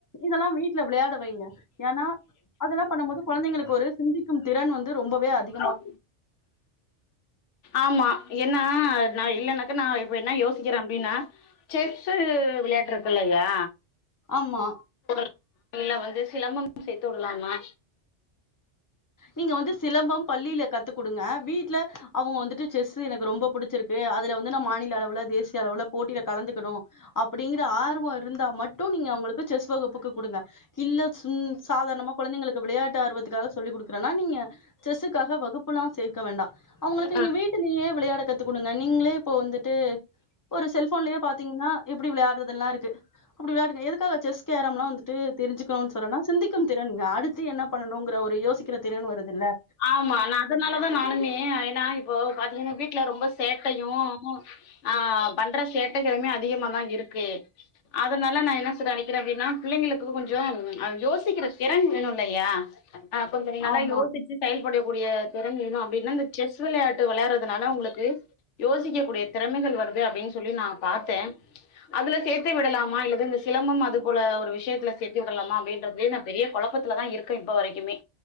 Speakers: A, on the left; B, on the left.
A: இதெல்லா வீட்ல விளயாட வைங்க ஏனா அதெல்லா பண்ணம்போது குழந்தைங்களுக்கு ஒரு சிந்திக்கும் திறன் வந்து ரொம்பவே அதிக
B: ஆ <inaudible> ஆமா என்னா நா இல்லனாக்கா நா இப்ப என்ன யோசிக்கிறே அப்டின்னா செஸ்சு விளையாட்றதுலயா
A: ஆமா
B: <inaudible> இல்ல வந்து சிலம்பம் சேத்து உடலாமா
A: நீங்க வந்து சிலம்பம் பள்ளில கத்து குடுங்க வீட்ல அவுங்க வந்துட்டு செஸ்சு எனக்கு ரொம்ப புடிச் ச்சிருக்கு அதுல வந்து நா மாநில அளவுல தேசிய அளவுல போட்டில கலந்துக்குணு அப்டிங்ற ஆர்வம் இருந்தா மட்டு நீங்க அவுங்களுக்கு செஸ் வகுப்புக்கு குடுங்க இல்ல சின் சாதாரணமா குழந்தைங்களுக்கு விளையாட்டு ஆர்வத்துக்காக சொல்லி குடுக் கணுனா நீங்க செஸ்சுக்காக வகுப்புலா சேக்க வேண்டா அவுங்களுக்கு
B: ஆ
A: நீங்க வீட் டுலியே விளையாட கத்து குடுங்க நீங்ளே இப்போ வந்துட்டு ஒரு செல் ஃபோன்லியே பாத்திங்னா எப்டி விளையாட்றதுன்லா இருக்கு அப்டி விளையாடுங்க எதுக்காக செஸ் கேரம்லா வந்துட்டு தெரிஞ்சுக்கணுன் சொன்னனா சிந்திக்கும் திறன் ங்க அடுத்து என்ன பண்ணணுங்ற ஒரு யோசிக்கிற திறன் வருதுல
B: ஆமா நா அதனாலதா நானுமே ஏன்னா இப்போ பாத்தீங்கன்னா வீட்ல ரொம்ப சேட்டையும் ஆ அவ பண்ற சேட்டைகளுமே அதிகமாதா இருக்கு அதனால நா என்ன சொல்ற சேர் அப்டின்னா பிள்ளைங்களுக்கு கொஞ்சோ அ யோசிக்கிற திறன் வேணு இல்லையா ஆ கொஞ்ச நல்லா
A: ஆமா
B: யோசிச்சு. செயல்படிய கூடிய திறன் வேணு அப்டின்னா இந்த செஸ் விளையாட்டு விளையாடுறதுனால உங்குளுக்கு யோசிக்க கூடிய திறமைகள் வருது அப்டின் சொல்லி நா பாத்தே அதுல சேத்தி விடலாமா இல்லது இந்த சிலம்பம் அது போல ஒரு விஷயத்துல சேத்தி விடலாமா அப்டின்றதே நா பெரிய கொழப்பத்துல தா இருக்கே இப்ப வரைக்குமே